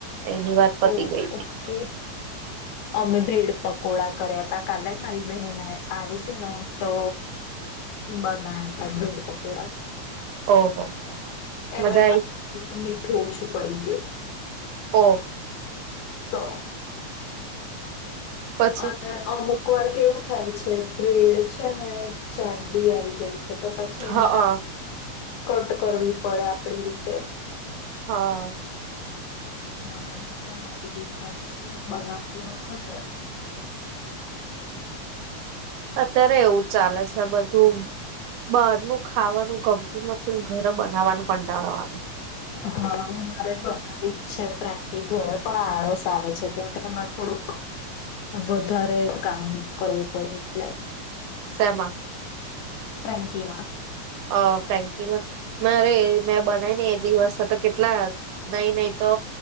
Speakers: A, on the right (about 80°); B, on the left (about 80°).
A: એની વાત પતી
B: ઓ
A: ગઈ હતી
B: ઓકે. અમે બ્રેડ પકોડા કર્યા તા કાલે મારી બહેને આવી હતી ને તો બનાયા હતા બ્રેડ પકોડા
A: ઓહો
B: એમાં
A: મજા આઈ
B: પાછું કઈક મીઠું ઓછું પડી ગયું
A: ઓ
B: તો
A: પછી
B: અને અમુક વાર કેવું થાય છે બ્રેડ છે ને જાડી આઈ જાય છે તો પછી
A: હા
B: એને કટ કરવી પડે આપડી રીતે
A: હા
B: અ ઘણું બધું થાય છે, બનાવતી વખત
A: અત્યારે એવું ચાલે છેબધું, બહારનું ખાવાનું ગમતું નથી ઘરે બનાવવાનું કંટાળો આવે
B: હા, હું મારે બનાવી જ છે ફ્રેન્કી ઘરે પણ આળસ આવે છે, કેમકે એરે થોડુંક વધારે કામ કરવું પડે એટલે
A: શેમાં
B: ફ્રેન્કીમાં
A: અ, ફ્રેન્કી માં મે અવે મેં બનાવી ને એક દિવસ તો કેટલા નહીં, નહી તો